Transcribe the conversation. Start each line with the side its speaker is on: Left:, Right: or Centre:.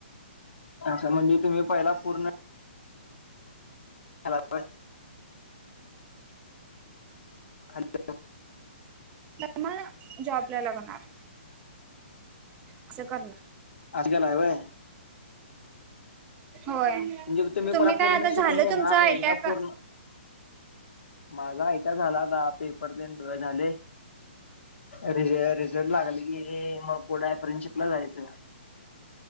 Left: असं म्हणजे तुम्ही पहिला पूर्ण हॅलो खाली
Right: म जॉबला लागणार असं करणार
Left: अजकल आो आहे
Right: होय
Left: म्हणजे पहिला
Right: तुम्ही
Left: पूर्ण
Right: काय आता झालं
Left: शिकून घेणार
Right: तुमच आयट्या
Left: एकदा
Right: का
Left: पूर्ण माझा आयटा झाला दाहा पिस पर सय झाले र रिझल्ट लागल की मग कोडायफरेनशिपला जायचं